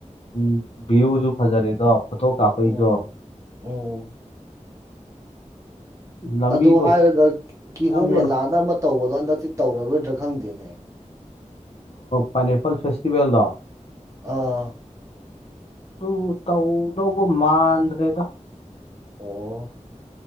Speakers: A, on the left; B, on the right.
A: ꯎꯝ ꯚꯤꯌꯨꯁꯨ ꯐꯥꯖꯔꯦꯗꯣ ꯐꯣꯇꯣ ꯀꯥꯞꯄꯩꯁꯨ
B: ꯎꯝ ꯎꯝ
A: ꯂꯝꯕꯤꯗꯣ
B: ꯑꯗꯨ ꯍꯥꯏꯔꯒ ꯀꯤꯍꯣꯝ
A: ꯆꯪꯕ
B: ꯃꯦꯂꯥꯅ
A: ꯅꯨꯡꯉꯥꯏ
B: ꯑꯃ ꯇꯧꯕꯗꯣ ꯍꯟꯗꯛꯇꯤ ꯇꯧꯔꯔꯣꯏꯗ꯭ꯔꯥ ꯈꯪꯗꯦꯅꯦ
A: ꯄꯥꯏꯟꯅꯦꯄꯜ ꯐꯦꯁꯇꯤꯚꯦꯜꯗꯣ
B: ꯑꯥ
A: ꯑꯗꯨ ꯇꯧꯗꯧꯕ ꯃꯥꯟꯗ꯭ꯔꯦꯗ
B: ꯑꯣ